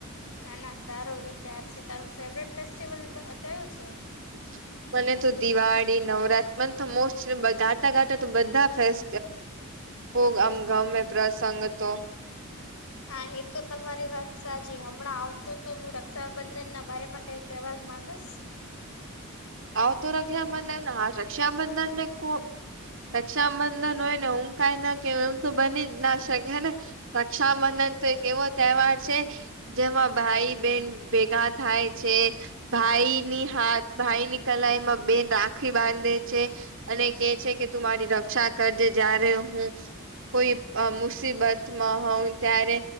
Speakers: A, on the left; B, on the right.
A: ના ના સારો વિચાર છે તારું ફેવરેટ ફેસ્ટિવલ કયું છે.
B: <unintelligible> મને તો દિવાળી નવરાત્ર મને તો મોસ્ટ ગાટા ગાટા તો બધા ફેસ ખૂબ આમ ગમે પ્રસંગ તો
A: હા એ તો તમારી વાત સાચી હમણાં આવતો તો હું રક્ષાબંધન ના બારમાં કઈક તેવા માગસ
B: આવ તો રક્ષાબંધન આ રક્ષાબંધન ને કો રક્ષાબંધન હોય ને હું કાઈ ના કેઉ એમ તો બની જ ના શકેને રક્ષાબંધન તો એક એવો તહેવાર છે જેમાં ભાઈ બેહેન ભેગા થાય છે ભાઈ ની હાથ ભાઈની કલાઈ માં બેન રાખડી બાંધે છે. અને કે છે કે તું મારી રક્ષા કરજે જ્યારે હું. કોઈ મુસીબતમાં હોઉ ત્યારે